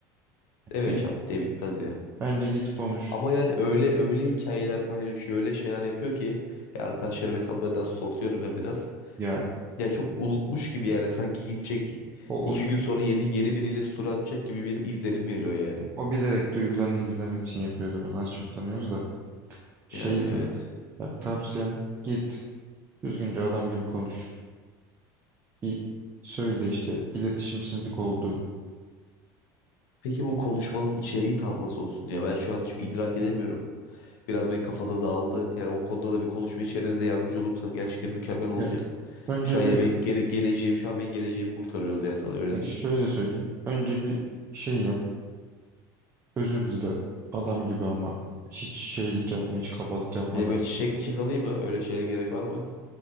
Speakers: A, on the left; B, on the right.
A: Evet
B: Bir,
A: çat diye bitmez ya.
B: bence git konuş.
A: Ama yani öyle öyle hikayeler paylaşıyor öyle şeyler yapıyor ki ya arkadaşlarım hesaplarını nasıl stalkluyorum ben biraz.
B: Ya
A: Ya çok unutmuş gibi yani sanki gidecek
B: o,
A: iki
B: onun,
A: gün sonra yeni yeni biriyle story atacak gibi bir izlenim veriyor yani.
B: o bilerek duygularını gizlemek için yapıyordur. Onu az çok tanıyoruz da. Şey
A: Yani evet.
B: sen. Bak tavsiyem git. Düzgünce adam gibi konuş. Bir söyle işte iletişimsizlik oldu.
A: Peki bu konuşmanın içeriği tam nasıl olsun ya? Ben şu an çünkü idrak edemiyorum. Biraz benim kafada dağıldı. Yani o konuda da bir konuşma içeriğinde de yardımcı olursan gerçekten mükemmel olacak.
B: Ya önce
A: Şu an ya
B: bir
A: benim gele- geleceğim şu an benim geleceğimi kurtarıyoruz yani sana öyle
B: bak
A: diyeyim.
B: şöyle söyleyeyim. Önce bir şey yap. Özür dile adam gibi ama hiç şeylik yapma, hiç kabalık yapmadan.
A: Ne böyle çiçek mi çakalayım mı? Öyle şeye gerek var mı?